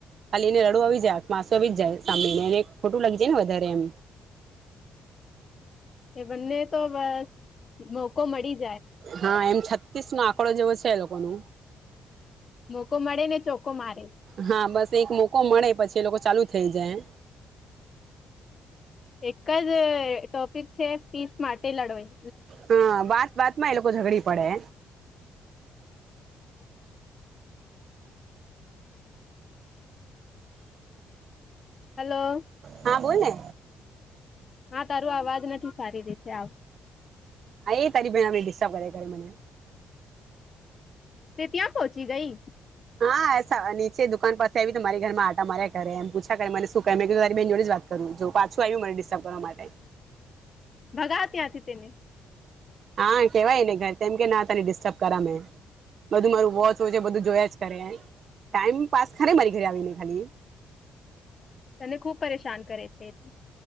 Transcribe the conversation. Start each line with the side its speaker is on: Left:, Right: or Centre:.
Right: ખાલી એને રડવુ આવી જાય આંખ માં આસું આવી જાય સાંભળીને એને ખોટું લાગી જાય ને વધારે એમ.
Left: એ બંને તો બસ મોકો મળી જ
Right: હા એમ છત્તીસ નો આંકડો જેવો છે એ લોકો ને.
Left: મોકો મળે ને ચોકો મારે
Right: હા બસ એક મોકો મળે પછી એ લોકો ચાલુ થઈ જાય
Left: એક જ ટોપિક છે પીસ માટે લડવાઈ.
Right: હા વાત વાત માં એ લોકો ઝઘડી પડે!
Left: હલો
Right: હા બોલને
Left: હા તારું અવાજ નથી સારી રીતે આવ
Right: હા એ તારી <unintelligible> ડિસ્ટર્બ કરે મને.
Left: તે ત્યાં પહોંચી ગઈ?
Right: હા નીચે દુકાન પાસે આવી તો મારી ઘરમાં આટા માર્યા કરે એમ પૂછા કરે મને શું કહે કે તારી બેહેન જોડી જ વાત કરુ. જો પાછું આવ્યું મને ડિસ્ટર્બ કરવા માટે.
Left: ભગાવ ત્યાંથી તેને.
Right: હા કેવાયને ઘર તેમ કે ના તને ડિસ્ટર્બ કરા મેં બધું મારું વોચ હોય છે બધું જોય જ કરે ટાઈમ પાસ કરે મારી ઘરે આવીને ખાલી.
Left: તને ખુબ પરેશાન કરે છે એ.